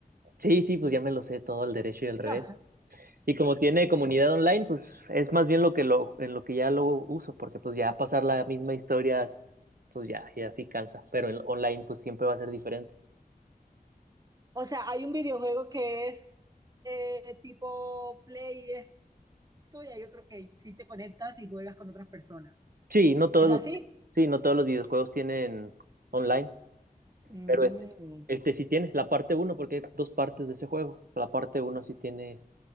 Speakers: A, on the right; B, on the right.
A: Sí, sí, pues ya me lo sé todo al derecho y al revés.
B: <laughs>
A: Y como tiene comunidad online, pues es más bien lo que lo, en lo que ya lo uso, porque pues ya pasar la misma historia, pues ya, ya sí cansa. Pero en online, pues siempre va a ser diferente.
B: O sea, hay un videojuego que es eh, tipo Play y esto, y hay otro que sí te conectas y juegas con otras personas.
A: Sí, no todos
B: ¿Es
A: los,
B: así?
A: sí, no todos los videojuegos tienen online.
B: Mm.
A: Pero este, este sí tiene la parte uno porque hay dos partes de ese juego. La parte uno sí tiene